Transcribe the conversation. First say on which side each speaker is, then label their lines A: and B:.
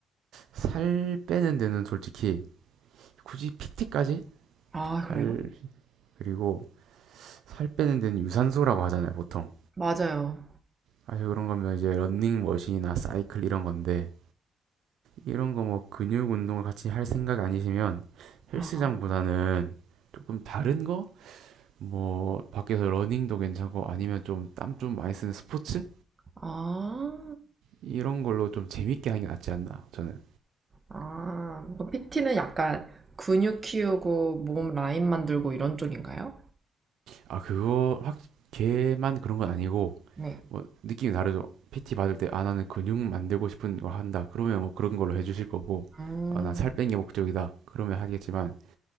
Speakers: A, on the right; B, on the right.
A: 살 빼는 데는 솔직히 굳이 PT까지
B: 아,
A: 할
B: 그래요?
A: 그리고 살 빼는 데는 유산소라고 하잖아요 보통
B: 맞아요.
A: 사실 그런 거면 이제 런닝머신이나 사이클 이런 건데 이런 거 뭐 근육 운동을 같이 할 생각 아니시면
B: 아,
A: 헬스장보다는 조금 다른 거? 뭐 밖에서 러닝도 괜찮고 아니면 좀 땀 좀 많이 쓰는 스포츠?
B: 아,
A: 이런 걸로 좀 재밌게 하는 게 낫지 않나 저는
B: 아. PT는 약간 근육 키우고 몸 라인 만들고 이런 쪽인가요?
A: 아, 그거 확 걔만 그런 건 아니고
B: 네.
A: 뭐 느낌이 다르죠. PT 받을 때 아 나는 근육 만들고 싶은 거 한다. 그러면 뭐 그런 걸로 해주실 거고
B: 음,
A: 아, 나살 빼는 게 목적이다. 그러면 하겠지만